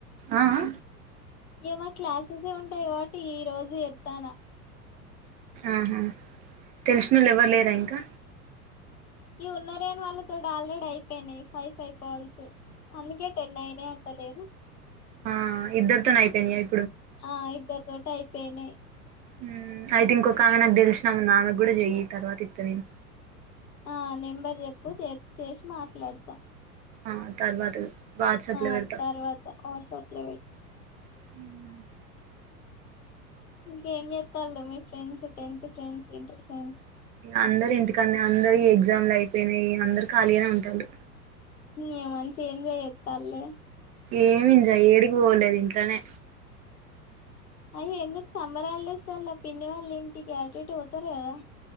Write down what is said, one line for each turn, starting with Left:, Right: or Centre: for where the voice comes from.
Right: అ ఆ
Left: మా క్లాస్ వసే ఉంటాయి కాబట్టి ఈ రోజు త్తన
Right: ఆహా తెలిషినలు ఎవరు లేరా ఇంకా
Left: ఇ ఉన్నర గాని వాళ్ళతోటి ఆల్రెడీ అయిపోయినాయి ఫైవ్ ఫైవ్ కాల్స్ అందుకే టెన్ నైనే అంటలేను
Right: ఆ ఇద్దరు తన అయిపోయినియి
Left: ఆ ఇద్దరి తో అయిపోయినే
Right: హుమ్ అయితే ఇంక ఒక ఆమె నాకు తెలిసినాముంది ఆమె కూడా చెయ్యి తర్వాత ఇస్త నేను
Left: ఆ నెంబర్ చెప్పు చేసి మాట్లాడతా
Right: ఆ తర్వాత వాట్సాప్లో
Left: ఆ
Right: పెడతా
Left: తర్వాత వాట్సప్ లో పెట్టు
Right: <inaudible>
Left: ఇంకా గేమి ఎత్తల్ మీ friends tenth friends inter friends
Right: అందరు ఇంటికని అందరు ఈ ఎగ్జామ్లు అయిపోయినాయి అందరు ఖాళీగానే ఉంటారు
Left: న మంచి ఏంజయ ఇత్తా అల్లే
Right: ఏమింజ ఏడికి పోలేదు ఇంట్లోనే
Left: అయ్య ఎందుకు సమ్మర్ హాలిడేస్ లాలా పిన్ని వాళ్ళు ఇంటికి అటు ఇటు పోతార కదా